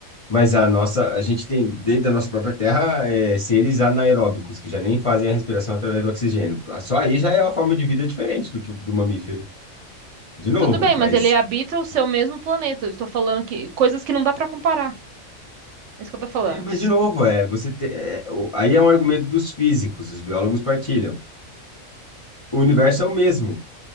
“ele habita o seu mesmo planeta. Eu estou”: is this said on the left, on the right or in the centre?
Right